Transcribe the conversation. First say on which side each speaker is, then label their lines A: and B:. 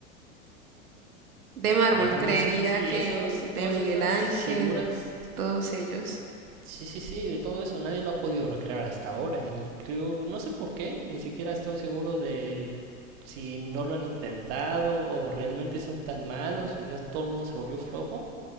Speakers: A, on the right; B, on the right.
A: De mármol,
B: Ajá,
A: creería
B: sí, sí, sí,
A: que
B: esas, todas
A: de Miguel
B: esas
A: Ángel,
B: figuras
A: todos ellos.
B: Sí, sí, sí, de todo eso nadie lo ha podido recrear hasta ahora y creo, no sé por qué, ni siquiera estoy seguro de si no lo han intentado o realmente son tan malos o ya todo el mundo se volvió flojo,